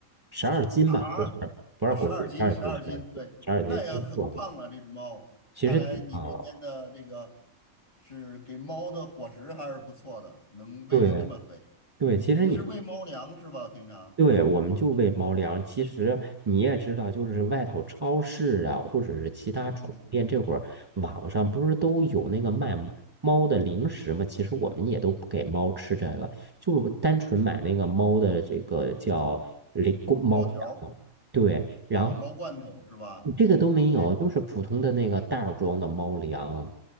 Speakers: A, on the right; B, on the left.
A: 十二斤吧，
B: 啊啊啊！
A: 不是不是公斤，
B: 十二斤，
A: 十二斤，
B: 十二斤，
A: 十二斤，
B: 对，
A: 十二斤，
B: 那也很胖了。
A: 说错了，
B: 这只猫，
A: 其实挺胖了。
B: 看来你那边的这个是给猫的伙食还是不错的，能喂的这么肥。
A: 对对，其实你
B: 你是喂猫粮是吧？平常，
A: 对，我们就喂猫粮。其实你也知道，就是外头超市啊，或者是其他宠物店，
B: 嗯，
A: 这会儿网上不是都有那个卖猫的零食吗？其实我们也都不给猫吃这个，就单纯买那个猫的这个叫零公猫粮。
B: 猫条儿
A: 对，然后
B: 啊，猫罐头是吧？
A: 这个都没有，
B: 这种
A: 就是普通的那个袋儿装的猫粮。